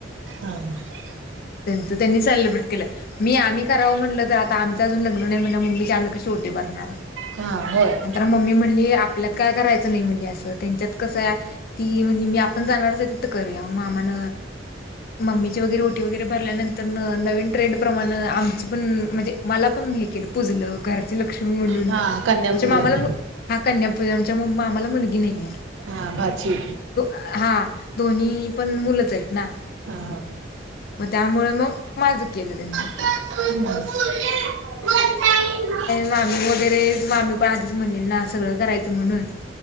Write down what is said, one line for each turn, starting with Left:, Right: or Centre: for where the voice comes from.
Right: ह <unintelligible>
Left: त्यांच त्यांनी सेलिब्रेट केलं. मी आम्ही करावं म्हटलं तर आता आमचं अजून लग्न नाही म्हण मम्मीच्याचे आम्ही कशी ओटी भरणार
Right: का होय
Left: नंतरन मम्मी म्हणली आपल्यात काय करायचं नाही म्हणली असं तर त्यांच्यात कसं आहे ती म्हणजे मी आपण जाणारच आहे तिथं करूया मग मामान मम्मीची वगैरे ओटी वगैरे भरल्यानंतर नवीन ट्रेंड प्रमाण आमची पण म्हणजे मला पण हे केलं पुजलं घर लक्ष्मी म्हणून
Right: हा कन्यापूजन
Left: मामाला हा कन्यापूज आ मामाला मुलगी नाहीये
Right: हा भाची
Left: हा दोन्ही पण मुलंच आहेत ना
Right: हा ह
Left: मग त्यामुळं मग माझं केलं त्यांनी
Right: ह
Left: <unintelligible> वगैरे मामी पण आधीच म्हणलेल ना सगळं करायचं म्हणून